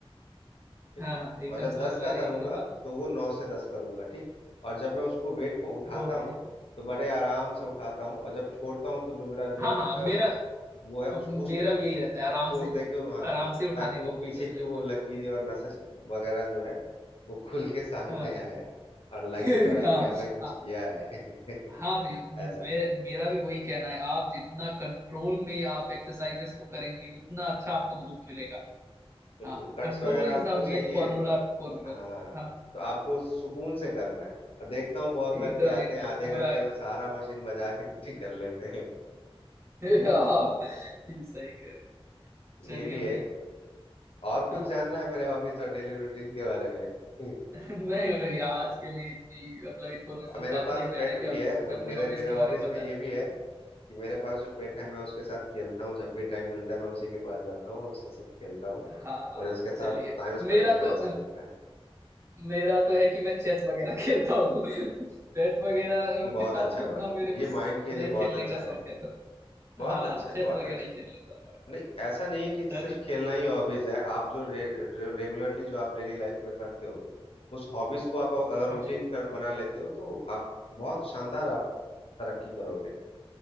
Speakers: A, on the left; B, on the right.
A: ठीक
B: हाँ हाँ एकदम
A: और जब दस
B: समझ में
A: का
B: आ रही
A: करूंगा
B: है मुझे बात
A: तो वो नौ से दस करूंगा ठीक और जब मैं उसको वेट को उठाता
B: ओके
A: हूँ तो बड़े आराम से उठाता हूँ और जब छोड़ता हूँ तो जो मेरा
B: हाँ
A: जो
B: हाँ
A: अ,
B: मेरा
A: वो है उस
B: मेरा
A: उस पे
B: भी यही रहता है आराम
A: फोर्स
B: से
A: दे के हाँ
B: आराम से उठाने
A: ताकि
B: का
A: वो
B: फोकस
A: पीछे की
B: रहता
A: वो लकीरें और नसें वगैरह जो है वो खुल के सामने
B: है हाँ हाँ
A: आए और लगे
B: <laughs>
A: थोड़ा कि हाँ भाई कुछ
B: हाँ
A: किया है <laughs>
B: हाँ भैया मे,
A: ऐसा
B: मेरा भी वही कहना है आप जितना कंट्रोल में आप एक्सरसाइजेस को करेंगे उतना अच्छा आपको ग्रोथ मिलेगा
A: बिल्कुल
B: हाँ
A: कट्स
B: control
A: वगैरह आपको
B: is the
A: चाहिए
B: main formula for growth
A: हाँ
B: हाँ
A: तो आपको सुकून से करना है और देखता हूँ बहुत
B: एकदम
A: लड़के आते
B: एकदम
A: हैं आधे
B: पूरा
A: घंटे में सारा मशीन बजा के <laughs> तो निकल लेते हैं
B: <laughs>
A: <laughs>
B: हाँ, ये सही करें चलिए
A: ये भी
B: भैया
A: है और कुछ
B: हाँ
A: जानना है मेरे हॉबीज और डेली रूटीन के बारे में <laughs>
B: <laughs> नहीं भैया आज के लिए इतनी मतलब इन्फॉर्मेशन
A: और मेरे
B: काफी
A: पास
B: है
A: पेट
B: मैंने भी
A: भी
B: आपको
A: है
B: कुछ
A: मे-
B: अपने
A: मेरे
B: हॉबीज
A: मेरे हॉबीज
B: के बारे में बताया
A: में ये भी है कि मेरे पास जो पेट है मैं उसके साथ खेलता हूँ जब भी टाइम मिलता है मैं उसी के पास जाता हूँ और उसके साथ खेलता हूँ
B: हाँ हाँ,
A: मुझे उसके साथ
B: चलिए
A: टाइम स्पेंड
B: मेरा
A: करना
B: तो
A: अच्छा लगता है
B: मेरा तो है कि मैं चेस वगैरह खेलता हूँ <laughs> बैट वगैरह
A: बहुत
B: के साथ
A: अच्छा
B: तो
A: बात
B: उतना मेरे
A: है
B: को
A: ये
B: स-
A: माइंड के
B: नहीं
A: लिए
B: खेलने
A: बहुत अच्छा
B: का शौक
A: है
B: है थोड़ा
A: बहुत
B: हाँ
A: अच्छा है
B: चेस
A: बहुत
B: वगैरह
A: अच्छा
B: ही खेल लेता हूँ but
A: नहीं ऐसा नहीं है कि सिर्फ
B: चलिए
A: खेलना ही हॉबीज है आप जो रे, रे, रेगुलरली जो आप डेली लाइफ में करते हो उस हॉबीज को आप अगर
B: हाँ
A: रूटीन
B: जी
A: कर बना लेते हो तो आप बहुत शानदार आप तरक्की करोगे है